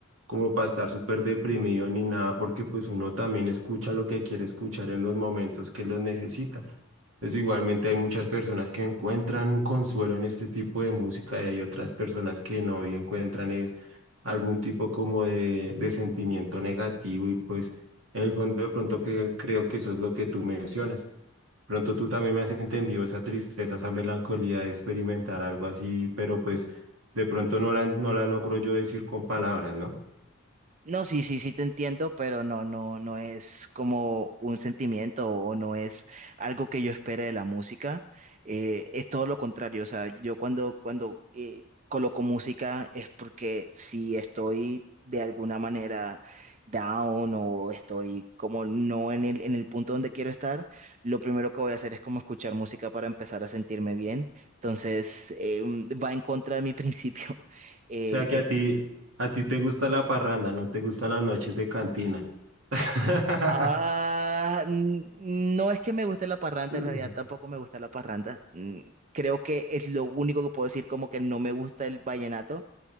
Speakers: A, on the right; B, on the right.
A: como para estar súper deprimido ni nada, porque pues uno también escucha lo que quiere escuchar en los momentos que los necesita. Entonces, igualmente hay muchas personas que encuentran consuelo en este tipo de música y hay otras personas que no y encuentran es algún tipo como de, de sentimiento negativo y pues en el fondo de pronto que creo que eso es lo que tú mencionas. Pronto tú también me has entendido esa tristeza, esa melancolía de experimentar algo así, pero pues de pronto no la, no la logro yo decir con palabras, ¿no? O
B: No, sí, sí, sí te entiendo, pero no, no, no es como un sentimiento o no es algo que yo espere de la música. Eh, es todo lo contrario. O sea, yo cuando, cuando eh, coloco música es porque si estoy de alguna manera down o estoy como no en el, en el punto donde quiero estar, lo primero que voy a hacer es como escuchar música para empezar a sentirme bien. Entonces, eh, va en contra de mi principio. <laughs> Eh,
A: sea que a ti, a ti te gusta la parranda, no te gustan las noches de cantina. <laughs>
B: Ah, n- no es que me guste la parranda,
A: No,
B: en realidad tampoco me gusta la parranda. Mm, Creo que es lo único que puedo decir como que no me gusta el vallenato,